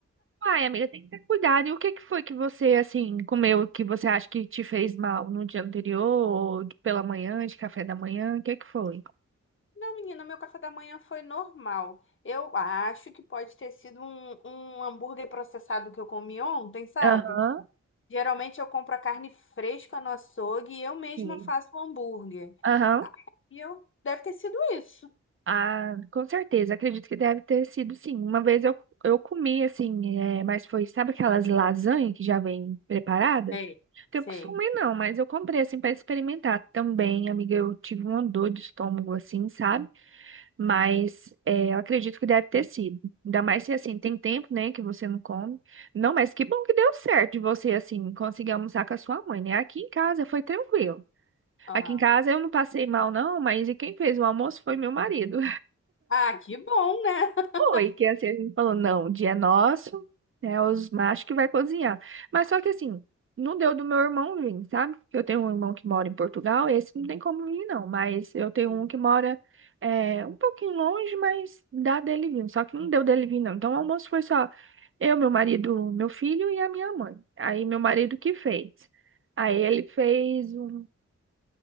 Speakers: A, on the right; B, on the left.
A: Uai, amiga, tem que ter cuidado. E o que que foi que você, assim, comeu que você acha que te fez mal no dia anterior, ou de- pela manhã, de café da manhã? O que que foi?
B: Não, menina, meu café da manhã foi normal. Eu acho que pode ter sido um, um hambúrguer processado que eu comi ontem, sabe?
A: Aham.
B: Geralmente eu compro a carne fresca no açougue e eu mesma
A: Sim.
B: faço o hambúrguer.
A: Aham.
B: E eu deve ter sido isso.
A: Ah, com certeza, acredito que deve ter sido sim. Uma vez eu, eu comi assim, é, mas foi, sabe aquelas lasanha que já vem preparada?
B: Sei.
A: Tenho
B: Sei.
A: costume não, mas eu comprei assim para experimentar também, amiga. Eu tive uma dor de estômago assim, sabe? Mas é, eu acredito que deve ter sido. Ainda mais se assim, tem tempo, né, que você não come. Não, mas que bom que deu certo de você assim conseguir almoçar com a sua mãe, né? Aqui em casa foi tranquilo.
B: Aham.
A: Aqui em casa eu não passei mal não, mas e quem fez o almoço foi meu marido.
B: Ah, que bom, né? <laughs>
A: Foi, que assim, a gente falou, não, o dia é nosso, né? Os machos que vai cozinhar. Mas só que assim, não deu do meu irmão vir, sabe? Eu tenho um irmão que mora em Portugal, esse não tem como vir, não. Mas eu tenho
B: Sim.
A: um que mora é, um pouquinho longe, mas dá dele vir. Só que não deu dele vir, não. Então o almoço foi só eu, meu marido, meu filho e a minha mãe. Aí meu marido que fez. Aí ele fez um,